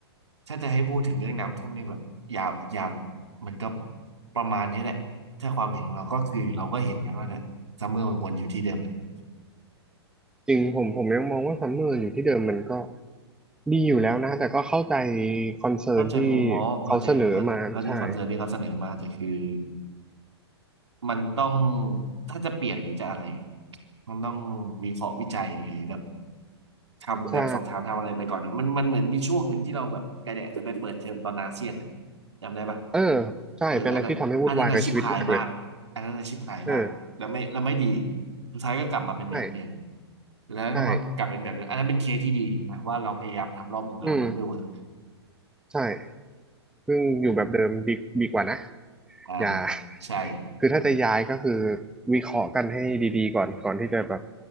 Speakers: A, on the right (about 85°); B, in the centre.
A: ถ้าจะให้พูดถึงเรื่องน้ำท่วมนี่แบบยาวยาวมันก็ประมาณนี้แหละถ้าความเห็นของเราก็คือเราก็เห็นกันว่าเนี่ยซัมเมอร์มันวนอยู่ที่เดิมแหละ
B: จริงผมผมยังมองว่าซัมเมอร์อยู่ที่เดิมมันก็ดีอยู่แล้วนะแต่ก็เข้าใจคอนเซิร์นที่
A: เข้าใจมุมมองเข้าใจเข้าเข้าใจคอนเซิร์นที่เขาเสนอมาแต่คือ
B: เขาเสนอมาใช่
A: มันต้องถ้าจะเปลี่ยนหรือจะอะไรมันต้องวิเคราะห์วิจัยหรือแบบทำแบบสอบถามทำอะไรไปก่อนอะมันมันเหมือนมีช่วงหนึ่งที่เราแบบกระแดะจะไปเปิดเทอมตอนอาเซียนอะ
B: ใช่
A: จำได้ปะ
B: เออใช่เป็นอะไรที่ทำให้วุ่นวายกับชีวิตมากเลย
A: เอออันนั้นอันนั้นอาชิบหายมากอันนั้นอาชิบหายมากแล้วไม่แล้วไม่ดี
B: เออ
A: สุดท้ายก็กลับมาเป็นแบบเดิม
B: ใช่
A: แล้วก็มากลับเป็นแบบเดิมอันนั้นเป็นเคสที่ดีนะว่าเราพยายามทำรอบหนึ่งแล้วมันไม่เวิร์ก
B: ใช่อืมใช่ ซึ่งอยู่แบบเดิมดีดีกว่านะ
A: อ่า
B: อย่า <laughs>
A: ใช่
B: คือถ้าจะย้ายก็คือวิเคราะห์กันให้ดีๆก่อนก่อนที่จะแบบ